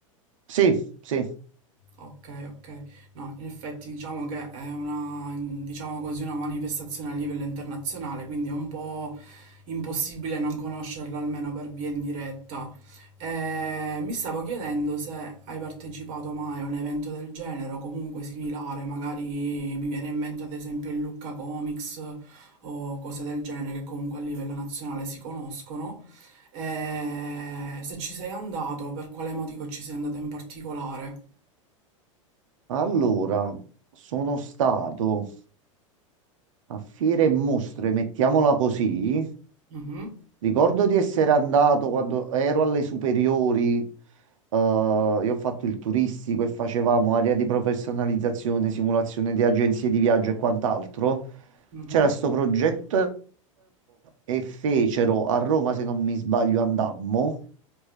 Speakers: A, on the right; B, on the right.
A: Sì, sì.
B: Ok, ok. No, in effetti diciamo che è una, diciamo così, una manifestazione a livello internazionale, quindi è un po' impossibile non conoscerla almeno per via indiretta. Eh, mi stavo chiedendo se hai partecipato mai a un evento del genere o comunque similare, magari mi viene in mente ad esempio il Lucca Comics o cose del genere che comunque a livello nazionale si conoscono. Eh, se ci sei andato, per quale motivo ci sei andato in particolare?
A: Allora, sono stato a fiere e mostre, mettiamola così.
B: Mhm,
A: Ricordo di essere andato quando ero alle superiori. eh, io ho fatto il turistico e facevamo area di professionalizzazione, simulazione di agenzie di viaggio e quant'altro.
B: mhm.
A: C'era sto progetto e fecero a Roma, se non mi sbaglio, andammo,